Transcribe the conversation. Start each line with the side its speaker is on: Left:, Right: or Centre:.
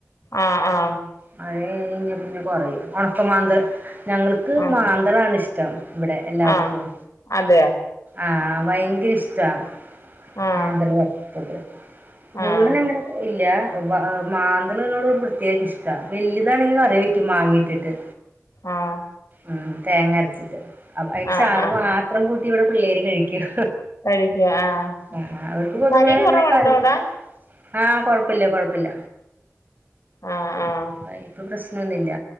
Left: ആഹ് ആഹ്.
Right: മഴയായ് കയ്ഞ പിന്നെ കൊറയും ഒണ്ക്ക മാന്തൾ. ഞങ്ങൾക്ക്
Left: ആഹ് ആഹ്
Right: മാന്തളാണ് ഇഷ്ടം ഇവിടെ എല്ലാർക്കും.
Left: ആഹ് ആഹ് അതെയോ.
Right: ആഹ് ഭയങ്കര ഇഷ്ടാ
Left: ആഹ്
Right: മാന്തള് വർത്തത്. മുള്ളന്
Left: ആഹ്
Right: അങ്ങനെ ഇല്ല വ മാന്തള്നോട് ഒരു പ്രത്യേക ഇഷ് ട വെൽതാണെങ്കി കറി വെക്കും മാങ്ങേ ഇട്ടിട്ട്.
Left: ആഹ്.
Right: ഉം തേങ്ങ അര്ച്ചിട്ട് അപ്പ അയ്
Left: ആഹ്
Right: ചാറ്
Left: ആഹ്
Right: മാത്രം കൂട്ടി ഇവിടെ പിള്ളേര് കഴിക്കും.
Left: കഴിക്ക ആഹ്
Right: ആഹ് ഓൽക്ക് പൊതുവേ
Left: പനി കുറവുണ്ടോടാ
Right: അങ്ങനെ <unintelligible> ആഹ് കൊഴപ്പല്ല കൊഴപ്പല്ല.
Left: ആഹ് ആഹ്.
Right: അഹ് ഇപ്പം പ്രശ്നംന്നുല്ല